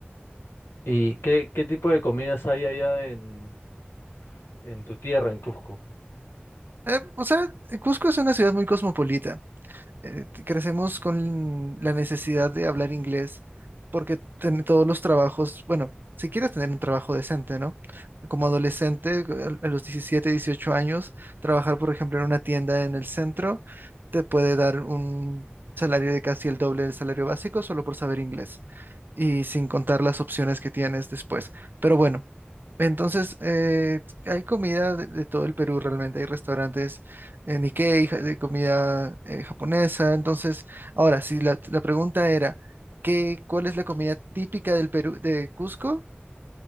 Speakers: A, on the left (about 80°); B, on the right (about 55°).
A: ¿Y qué, qué tipo de comidas hay allá en, En tu tierra, en Cusco.
B: Eh, o sea, Cusco es una ciudad muy cosmopolita. Eh, crecemos con la necesidad de hablar inglés porque ten- todos los trabajos, bueno, si quieres tener un trabajo decente, ¿no? Como adolescente, a a los 17, 18 años, trabajar, por ejemplo, en una tienda en el centro te puede dar un salario de casi el doble del salario básico solo por saber inglés y sin contar las opciones que tienes después. Pero bueno. Entonces, eh, hay comida de, de todo el Perú realmente, hay restaurantes eh, Nikkei, ja- de comida eh, japonesa. Entonces, ahora, si la, la pregunta era, ¿qué, cuál es la comida típica del Perú, de Cusco?